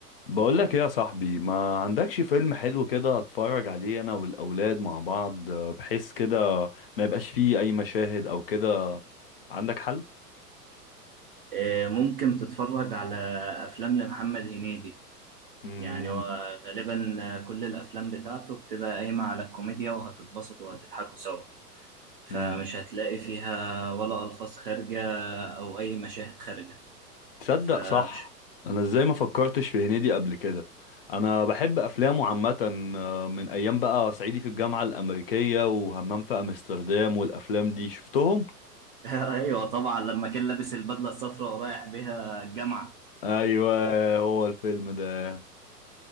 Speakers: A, on the left; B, on the right.
A: بقول لك ايه يا صاحبي ما عندكش فيلم حلو كده اتفرج عليه انا والاولاد مع بعض آه، بحيث كده ما يبقاش فيه اي مشاهد او كده عندك حل
B: آه، ممكن تتفرج على أفلام لمحمد هنيدي
A: مم.
B: يعني هو غالبا آه، كل الأفلام بتاعته بتبقى قايمة على الكوميديا وهتتبسطوا وهتضحكوا سوا فمش
A: مم.
B: هتلاقي فيها ولا ألفاظ خارجة أو أي مشاهد خارجة
A: تصدق
B: فمش
A: صح انا ازاي ما فكرتش في هنيدي قبل كده انا بحب افلامه عامه آه، من ايام بقى صعيدي في الجامعه الامريكيه وهمام في امستردام والافلام دي شفتهم
B: <laughs> أيوة طبعا لما كان لابس البدلة الصفراء ورايح بيها الجامعة
A: ايوه هو الفيلم ده